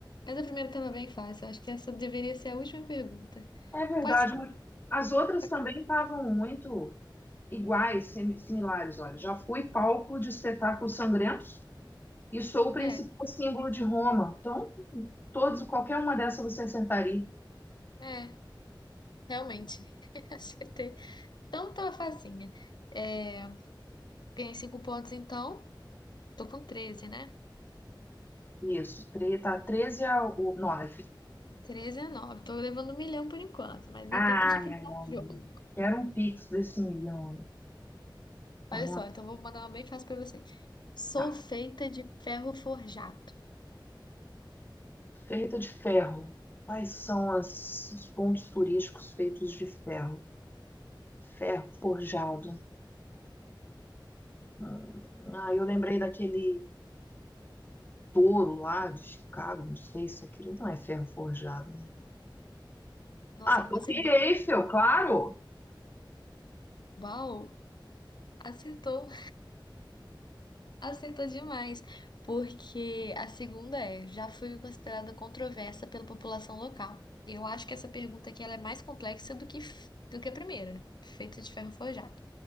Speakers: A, on the left (about 60°); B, on the left (about 25°).
A: Mas a primeira estava bem fácil. Acho que essa deveria ser a última pergunta.
B: É verdade.
A: Quais
B: mas As outras
A: quais-
B: também estavam muito iguais, semi- similares. Olha, já fui palco de espetáculos sangrentos e sou o principal
A: É,
B: símbolo de Roma. Então, todos, qualquer uma dessas você acertaria.
A: é, realmente. <laughs> Acertei. Então, tava facinha. É, ganhei cinco pontos, então. Tô com 13 né?
B: Isso, tre- tá 13 a 9.
A: 13 a 9. Tô levando um milhão por enquanto, mas
B: Ah,
A: dá tempo de virar
B: minha alma.
A: o jogo.
B: Quero um pix desse milhão. aí. Vamos
A: Olha só,
B: lá.
A: então vou mandar uma bem fácil pra você. Sou
B: Tá.
A: feita de ferro forjado.
B: Feita de ferro. Quais são as- os pontos turísticos feitos de ferro? Ferro forjado. Hum, Ah, eu lembrei daquele touro lá de Chicago. Não sei se aquilo não é ferro forjado. né?
A: Nossa,
B: Ah,
A: eu não
B: Torre
A: faço ideia.
B: Eiffel, claro!
A: Uau! Acertou! <laughs> Acertou demais! Porque a segunda é: já fui considerada controversa pela população local. Eu acho que essa pergunta aqui ela é mais complexa do que, f- do que a primeira, feita de ferro forjado.